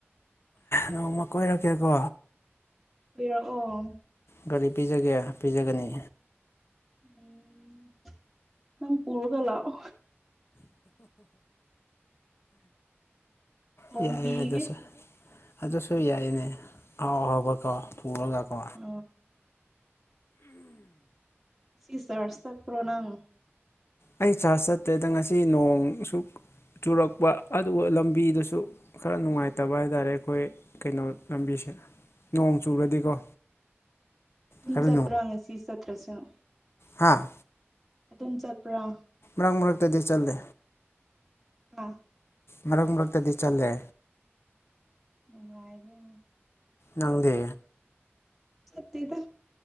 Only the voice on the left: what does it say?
ꯅꯣꯡꯃ ꯀꯣꯏꯔꯛꯀꯦꯀꯣ
ꯒꯥꯔꯤ ꯄꯤꯖꯒꯦ ꯄꯤꯖꯒꯅꯤ
ꯌꯥꯏ ꯌꯥ ꯑꯗꯨꯁꯨꯦ ꯑꯗꯨꯁꯨ ꯌꯥꯏꯅꯦ ꯑꯥꯎ ꯑꯍꯥꯎꯕꯀꯣ ꯄꯨꯔꯒꯀꯣ
ꯑꯩ ꯆꯥꯔꯖ ꯆꯠꯇ꯭ꯔꯦꯗ ꯉꯁꯤ ꯅꯣꯡ ꯁꯨꯛ ꯆꯨꯔꯛꯄ ꯑꯗꯨꯒ ꯂꯝꯕꯤꯗꯁꯨ ꯈꯔ ꯅꯨꯡꯉꯥꯏꯇꯕ ꯍꯥꯏ ꯇꯔꯦ ꯑꯩꯈꯣꯏ ꯀꯩꯅꯣ ꯂꯝꯕꯤꯁꯦ ꯅꯣꯡ ꯆꯨꯔꯗꯤꯀꯣ
ꯈꯔ
ꯍꯥꯥ
ꯃꯔꯛ ꯃꯔꯛꯇꯗꯤ ꯆꯂꯦ
ꯃꯔꯛ ꯃꯔꯛꯇꯗꯤ ꯆꯜꯂꯦ
ꯅꯪꯗꯦ